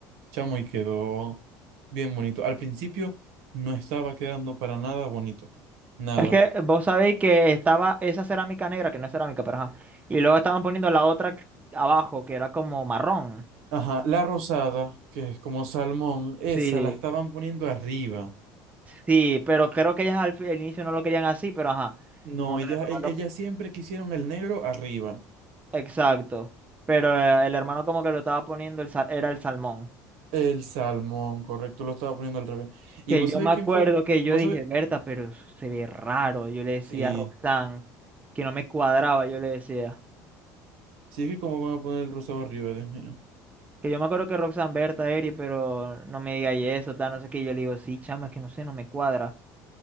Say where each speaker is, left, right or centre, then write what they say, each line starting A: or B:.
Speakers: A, on the right; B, on the right.
A: chamo, y quedó bien bonito. Al principio no estaba quedando para nada bonito, nada.
B: Es que vos sabéis que estaba esa cerámica negra, que no es cerámica, pero ajá. Y luego estaban poniendo la otra abajo, que era como marrón.
A: Ajá, la rosada, que es como salmón, esa
B: Sí,
A: la estaban poniendo arriba.
B: sí, pero creo que ellas al, fi- al inicio no lo querían así, pero ajá.
A: No,
B: Como
A: ella,
B: que el hermano
A: e-
B: lo-
A: ella siempre quisieron el negro arriba.
B: Exacto. Pero eh, el hermano como que lo estaba poniendo, el, sa- era el salmón.
A: El salmón, correcto, lo estaba poniendo al revés. ¿Y
B: Que
A: vos
B: yo
A: sabés
B: me
A: quién
B: acuerdo
A: fue el que...
B: que yo
A: vos
B: dije,
A: sabés...
B: Berta, pero eso se ve raro. Yo le decía
A: Sí,
B: a Roxanne que no me cuadraba, yo le decía.
A: sí es que cómo van a poner el rosado arriba, Dios mío.
B: Que yo me acuerdo que Roxanne, Berta, Eri, pero no me diga y eso, tal, no sé qué. Yo le digo, sí, chama, es que no sé, no me cuadra.